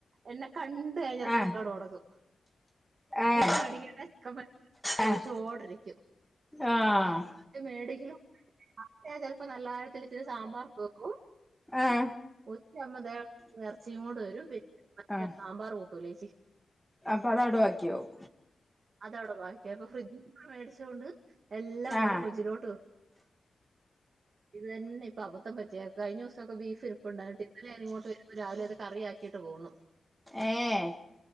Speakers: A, on the right; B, in the centre.
A: എന്നെ കണ്ട് കഴിഞ്ഞാ സൂക്കെട്
B: ആഹ്
A: തൊടങ്ങും.
B: ആഹ്
A: ബീഫ് മെടിക്കെട്ടെ ചിക്കൻ മെടിക്കെട്ടെ ചോയ്ച്ചോണ്ടിരിക്കും.
B: ആഹ് ആഹ്
A: മേടിക്കെലും അപ്പൊ ഞാൻ ചെലപ്പോ നല്ലാകാര്യത്തിൽ ഇത്തിരി സാമ്പാർക്കെ വെക്കും.
B: ആഹ്
A: ഉച്ചയാകുമ്പൊ ദേ എറച്ചീം കൊണ്ട് വരും പിന്നെ മനുഷ്യൻ
B: ആഹ്
A: സാമ്പാർ കൂട്ടൂലേച്ചി.
B: അപ്പൊ അത് അവ്ടെ വാക്കിയാവും.
A: അത അവിടെ ബാക്കി അപ്പൊ ഫ്രിഡ്ജി ഇപ്പോ മേടിച്ചോണ്ട് എല്ലാം കൊണ്ട്
B: ആഹ്
A: ഫ്രിഡ്ജിലോട്ട് വെ ഇത് തന്നെ ഇപ്പൊ അബത്തം പറ്റിയെ കഴിഞ്ഞ ദിവസൊക്കെ ബീഫ് ഇരി പ്പൊണ്ട് അന്നട്ട് ഇന്നലെ ഞാനി ഇങ്ങോട്ട് വരുമ്പോ രാവിലെ അത് കറിയാക്കിട്ട് പോന്നു.
B: ഏഹ്